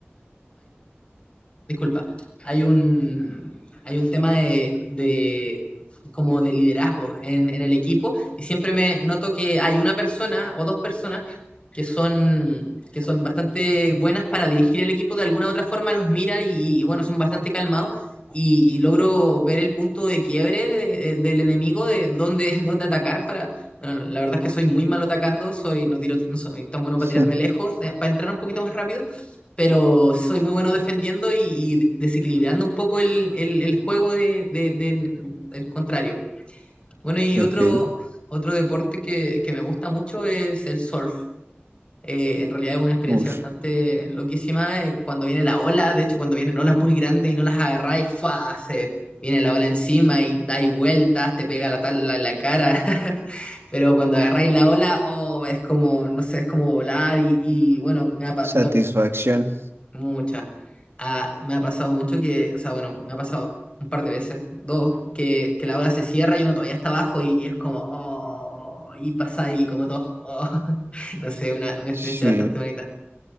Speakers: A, on the left (about 25°); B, on the right (about 70°).
A: disculpa, hay un, hay un tema de, de- como de liderazgo en, en el equipo y siempre me noto que hay una persona o dos personas que son, que son bastante buenas para dirigir el equipo, de alguna u otra forma los mira y, y, bueno, son bastante calmados. Y, y logro ver el punto de quiebre de- de- del enemigo, de dónde, <laughs> dónde atacar para... Bueno, la verdad es que soy muy malo atacando, soy, no tiro, no soy tan bueno para
B: <laughs>
A: tirar de lejos, de- para entrar un poquito más rápido, pero soy muy bueno defendiendo y, y desequilibrando un poco el, el- el juego de- de- del, del contrario. Bueno, y
B: Ok,
A: otro, otro deporte que, que me gusta mucho es el surf. Eh, en realidad es una experiencia
B: ush,
A: bastante loquísima eh, cuando viene la ola, de hecho cuando vienen olas muy grandes y no las agarráis, ¡fua! se viene la ola encima y dais vueltas, te pega la tabla en la cara, <laughs> pero cuando agarráis la ola, oh, es como, no sé, es como volar y, y, bueno, me ha, pa-
B: satisfacción,
A: me ha Muchas. Ah, me ha pasado mucho que, o sea, bueno, me ha pasado un par de veces, dos, que, que la ola se cierra y uno todavía está abajo y, y es como, oh, y pasa ahí como todo, oh. <laughs> No sé, una, una experiencia
B: sí.
A: bastante bonita.